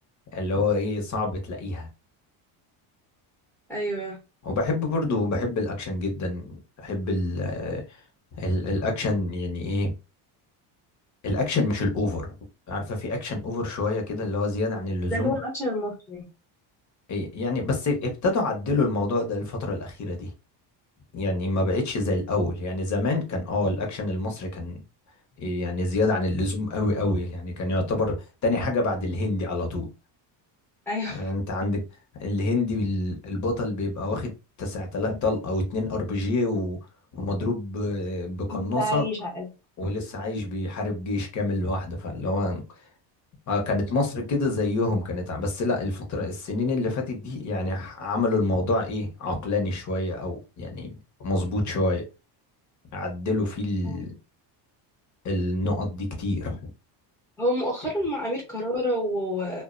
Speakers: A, on the left; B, in the centre.
A: اللي هو ايه صعب تلاقيها
B: ايوه
A: وبحب برضو بحب الاكشن جدا بحب ال... آه، ال... الاكشن يعني ايه الاكشن مش الاوفر عارفة في اكشن اوفر شوية كده اللي هو زيادة عن اللزوم
B: ده اللي هو الأكشن المصري
A: إيه، يعني بس ابتدوا عدلوا الموضوع ده الفترة الأخيرة دي يعني ما بقتش زي الأول يعني زمان كان اه الأكشن المصري كان يعني زيادة عن اللزوم قوي قوي يعني كان يعتبر تاني حاجة بعد الهندي على طول
B: ايوه
A: يعني انت عندك الهندي بال- البطل بيبقى واخد 9000 طلقة او 2 ار بي جي و- ومضروب ب-
B: <laughs>
A: بقناصة
B: ولسه عايش على
A: ولسه عايش بيحارب جيش كامل لوحده فاللي هو آه، كانت مصر كده زيهم كانت ع- بس لا الفترة السنين اللي فاتت دي يعني ح- عملوا الموضوع ايه عقلاني شوية او يعني مظبوط شوية عدلوا فيه ال-
B: قد
A: النقط دي كتير
B: هو مؤخرا
A: اوكي.
B: مع امير كرارة و...